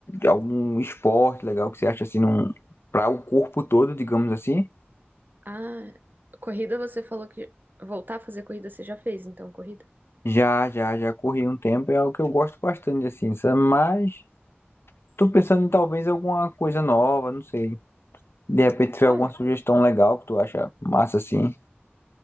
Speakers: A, on the left; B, on the right.
A: algum esporte legal que você acha assim, num, para o corpo todo, digamos assim?
B: Ah, corrida você falou que voltar a fazer corrida você já fez, então, corrida?
A: Já, já, já corri um tempo, é algo que eu gosto bastante, assim, sabe? Mas tô pensando em talvez alguma coisa nova, não sei. De repente tiver
B: Olha,
A: alguma sugestão legal que tu acha massa, assim.